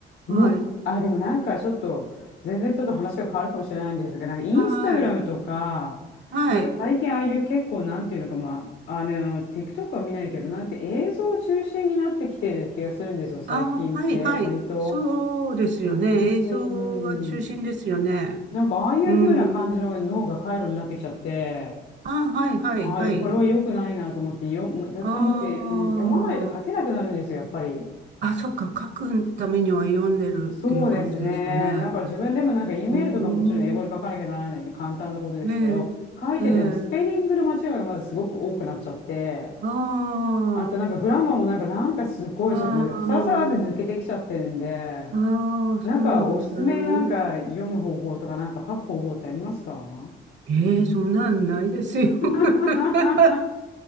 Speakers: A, on the left; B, on the right.
A: もう、
B: あ、はい。
A: あ、でもなんかちょっと、全然ちょっと話が変わるかもしれないんですが、なんかインスタグラムとか、
B: はい。はい。
A: なんか最近ああいう結構なんていうのか、まあ、あの、TikTok は見ないけど、なんて映像中心になってきてる気がするんですよ、最近って、
B: あ、はい、はい。
A: 割と。
B: そうですよね。
A: うん。
B: 映像が中心ですよね。
A: なんかああいう風な感じの脳が回路になってきちゃって、
B: うん。あ、はい、はい、
A: ああ、
B: はい。
A: でもこれは良くないなと思って、よ、絶対文字、
B: あ
A: うん、
B: あ。
A: 読まないと書けなくなるんですよ、やっぱり。
B: あ、そっか。書くためには読んでるっていう感じですかね。
A: そうですね。だから自分でもなんか E メールとかもちろん英語で書かなきゃならないんで簡単なことですけど、
B: うーん。ね
A: 書いててもスペリングの間違いがまずすごく多くなっちゃって、
B: ええ。えああ。
A: あとなんかグラマーもなんかなんかすごいちょっとサラサラって抜けてきちゃってるんで、
B: ああ。ああ、
A: なんかおすすめでなんか読む方法とかなんか書く方法ってありますか
B: そうなんですね。ええ、そんなんないですよ。<laughs>
A: <laughs>